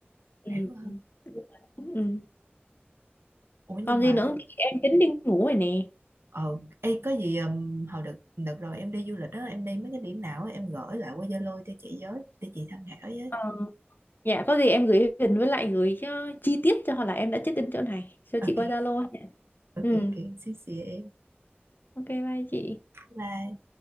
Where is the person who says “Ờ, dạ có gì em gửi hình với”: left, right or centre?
Left